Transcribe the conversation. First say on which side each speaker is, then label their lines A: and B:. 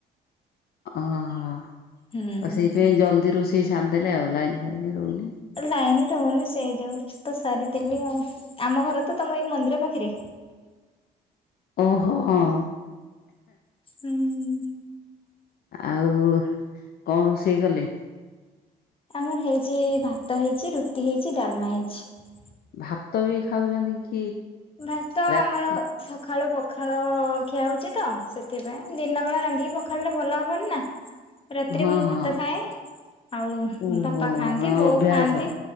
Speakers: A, on the left; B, on the left.
A: ଅହୋ ହ ଆଉ
B: ହୁଁ।
A: ସେଇଥି ପାଇଁ ଜଲଦି ରୋଷେଇ ସାରିଦେଲେ ଆଉ ଲାଇନ ଫାଇନ ରହୁନି।
B: ଲାଇନ ରହୁନି ସେ ଯୋଉ ତ ସାରିଦେଲି ଆଉ। ଆମ ଘର ତ ତମ ଏଇ ମନ୍ଦିର ପାଖରେ।
A: ଓହୋ ଆଉ
B: ହୁଁ।
A: ଆଉ କଣ ରୋଷେଇ କଲେ?
B: ଆମର ହେଇଚି ଭାତ ହେଇଚି, ରୁଟି ହେଇଚି, ଡାଲମା ହେଇଚି।
A: ଭାତ ବି ଖାଉଚନ୍ତି କି?
B: ଭାତ ଆମର
A: ରାତି
B: ସଖାଳୁ ପକ ପଖାଳ ଖିଆ ହଉଚି ତ ସେଥିପାଇଁ ଦିନ ବେଳେ ରାନ୍ଧିକି ପଖାଳିଲେ ଭଲ ହବନି ନା। ରାତିରେ
A: ହଁ
B: ମୁଁ
A: ହଁ
B: ଭାତ ଖାଏ। ଆଉ
A: ଓହୋ
B: ବାପା ଖାଆନ୍ତି,
A: ଆପଣଙ୍କ
B: ବୋଉ
A: ଅଭ୍ୟାସ
B: ଖାଆନ୍ତି।